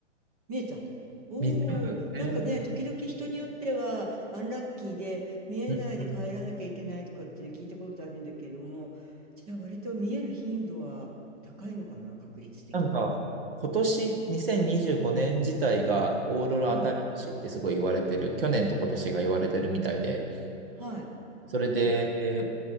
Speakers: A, on the right (about 30°); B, on the right (about 50°).
A: 見えた。おお、
B: み全部、全部
A: なんかね、時々人によっては、アンラッキーで見えないで帰らなきゃいけないとかっていうの聞いたことあるんだけれども、
B: うんうん
A: じゃあ割と見える頻度は高いのかな、確率的には。
B: なんか、今年2025年自体がオーロラ当たり年ってすごい言われてる、
A: うん、
B: 去年と今年が言われてるみたいで、
A: はい。
B: それで、
A: あ